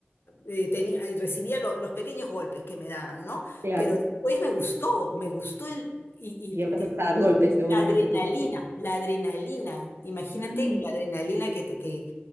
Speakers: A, on the left (about 70°); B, on the right (about 85°).
A: eh, tenía, eh, recibía lo- los pequeños golpes que me daban, ¿no?
B: Claro.
A: Pero después me gustó, me gustó el, y, y
B: Y empezaste
A: te-
B: a dar golpes seguramente
A: la adrenalina,
B: tú. también.
A: la adrenalina, imagínate
B: Mm.
A: la adrenalina que te, que,